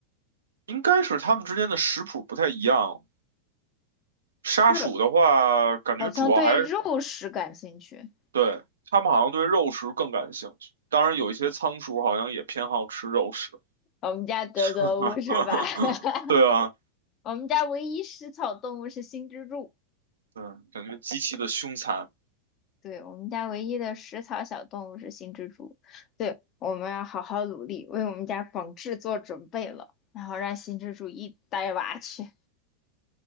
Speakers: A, on the right; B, on the left.
A: 应该是他们之间的食谱不太一样。沙鼠的话，
B: 是。
A: 感觉主要还是
B: 好像对肉食感兴趣。
A: 对它们好像对肉食更感兴趣。当然，有一些仓鼠好像也偏好吃肉食。
B: 我们家格格巫是吧？
A: <laughs>
B: <laughs>
A: 对啊，
B: 我们家唯一食草动物是新蜘蛛。
A: 嗯，感觉极其的凶残。
B: 对，我们家唯一的食草小动物是新蜘蛛。对，我们要好好努力，为我们家广志做准备了，然后让新蜘蛛一带娃去。